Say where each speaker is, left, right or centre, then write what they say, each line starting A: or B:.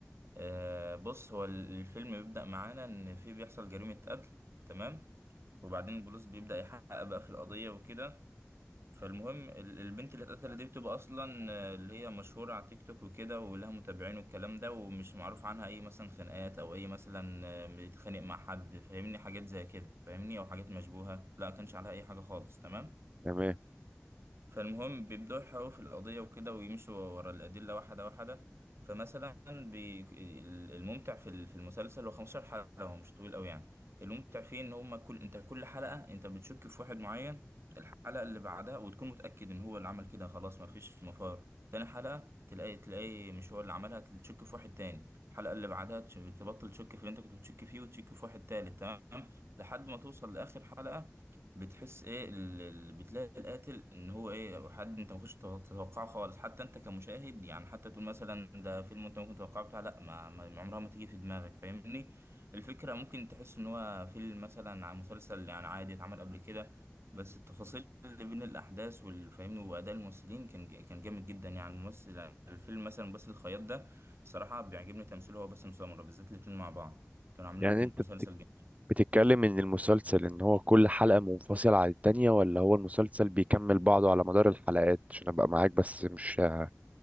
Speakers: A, on the right (about 60°); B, on the right (about 30°).
A: آه بص هو الفيلم بيبدأ معانا ان في بيحصل جريمة قتل تمام وبعدين البوليس بيبدأ يحقق بقى في القضية وكده فالمهم ال- البنت اللي اتقتلت دي بتبقى اصلا آه، اللي هي مشهوره على تيك توك وكده ولها متابعين والكلام ده ومش معروف عنها اي مثلا خناقات او اي مثلا آه، بتتخانق مع حد فاهمني حاجات زي كده فاهمني او حاجات مشبوهه لا كانش عليها اي حاجه خالص تمام
B: تمام
A: فالمهم بيبدأوا يحققوا في القضية وكده ويمشوا ورا الأدلة واحدة واحدة فمثلا بي... ال- الممتع في ال- في المسلسل هو 15 حلقة هو مش طويل قوي يعني الممتع فيه إن هما كل أنت كل حلقة أنت بتشك في واحد معين الحلقة اللي بعدها وتكون متأكد إن هو اللي عمل كده خلاص مفيش مفار تاني حلقة تلاقي تلاقي مش هو اللي عملها تشك في واحد تاني الحلقة اللي بعدها تش- تبطل تشك في اللي أنت كنت بتشك فيه وتشك في واحد تالت تمام لحد ما توصل لآخر حلقة بتحس ايه ال- ال- بتلاقي القاتل ان هو ايه حد انت ما كنتش تتوقع- تتوقعه خالص حتى انت كمشاهد يعني حتى تقول مثلا ده فيلم انت ممكن تتوقعه بتاع لا ما ما- عمرها ما تيجي في دماغك فاهمني الفكرة ممكن تحس ان هو فيلم مثلا عن مسلسل يعني عادي اتعمل قبل كده بس التفاصيل اللي بين الاحداث والفاهمني واداء الممثلين كان ج- كان جامد جدا يعني الممثل الفيلم مثلا باسل الخياط ده صراحة بيعجبني تمثيله هو باسم سمرة بالذات الاتنين مع بعض كانوا عاملين
B: يعني
A: في
B: انت
A: مسلسل
B: بت-
A: جامد
B: بتتكلم ان المسلسل ان هو كل حلقه منفصله عن التانية ولا هو المسلسل بيكمل بعضه على مدار الحلقات عشان ابقى معاك بس مش ما